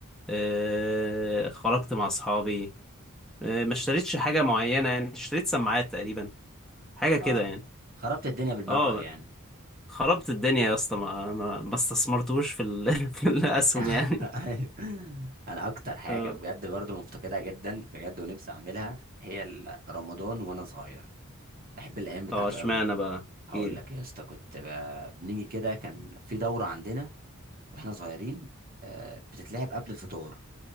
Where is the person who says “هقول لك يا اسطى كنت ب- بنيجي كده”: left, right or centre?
Right